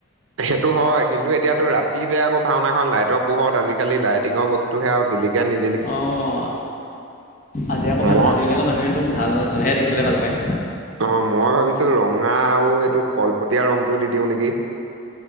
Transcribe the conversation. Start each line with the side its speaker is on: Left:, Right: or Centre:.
Right: সেইটো হয়। কিন্তু এতিয়াতো ৰাতি যে আকৌ ভাওনাখন, লাইটৰ পোহত আজিকালি লাইটিঙৰ বস্তু তো সেয়া বিলিকে নি
Left: অঁ আজিকৌ মানুহ
Right: মই
Left: আজিকালি আকৌ মানুহেতো ভাল হ'লেহে দেখিবলৈ ভাল পায়।
Right: অ মই ভাবিছো ৰঙা আৰু সেইটো কলপতীয়া ৰংটো দি দিওঁ নেকি।